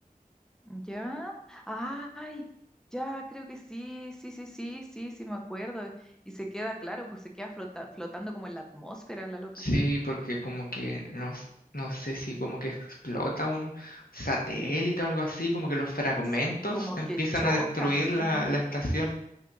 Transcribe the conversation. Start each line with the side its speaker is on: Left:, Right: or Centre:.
Centre: ¿Ya? ¡Ay! Ya, creo que sí, sí, sí, sí, sí, sí, me acuerdo. Y se queda, claro, pues se queda flota- flotando como en la atmósfera, la loca.
Left: Sí, porque como que no, s- no sé si como que explota un satélite o algo así, como que los fragmentos
Centre: S- Como
Left: empiezan
Centre: que choca,
Left: a destruir
Centre: sí,
Left: la, la estación.